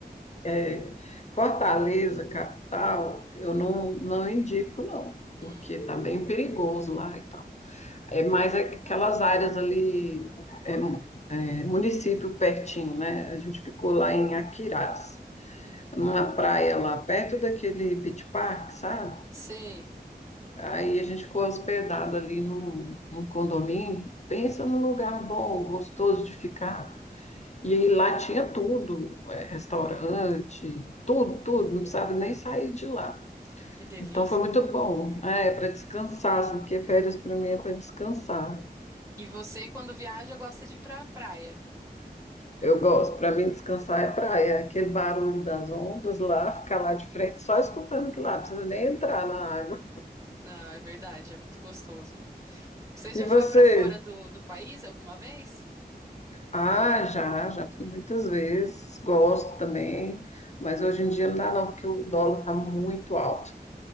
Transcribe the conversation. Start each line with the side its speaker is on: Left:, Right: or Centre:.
Left: É, Fortaleza, capital, eu não, não indico, não. Porque
Right: Hum,
Left: tá bem perigoso lá e tal. É mais aquelas áreas ali é, É, município pertinho, né? A gente ficou lá em Aquiraz,
Right: uhum.
Left: numa praia lá perto daquele beach park, sabe?
Right: Sei,
Left: Aí a gente ficou hospedado ali num, num condomínio. Pensa num lugar bom, gostoso de ficar. E aí lá tinha tudo, é, restaurante, tudo, tudo, não precisava nem sair de lá.
Right: que delícia.
Left: Então foi muito bom. É, para descansar, assim, porque férias para mim é para descansar.
Right: E você, quando viaja, gosta de ir pra praia.
Left: Eu gosto, para mim descansar é praia, é aquele barulho das ondas lá, ficar lá de frente só escutando aquilo lá, não precisa nem entrar na água.
Right: Não, é verdade, é muito gostoso. Você já
Left: E você?
Right: foi para fora do, do país alguma vez?
Left: Ah, já, já fui muitas vezes, gosto também, mas hoje em dia não dá não, porque o dólar está muito alto,